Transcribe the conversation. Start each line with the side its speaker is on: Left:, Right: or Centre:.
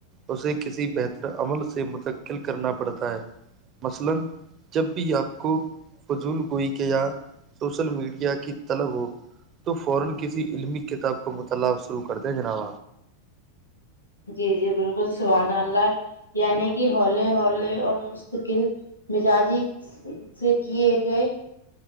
Right: اسے کسی بہتر عمل سے منتقل کرنا پڑتا ہے مثلاجب بھی آپ کو فضول کوئی کیا یہاں سوشل میڈیا کی طلب ہو تو فورا کسی علمی کتاب کا مطالعہ شروع کر دیں جناب
Left: جی جی بالکل سبان اللہ ہے یعنی کہ ہولے ہولے اور مستقل مزاجی سے کیے گئے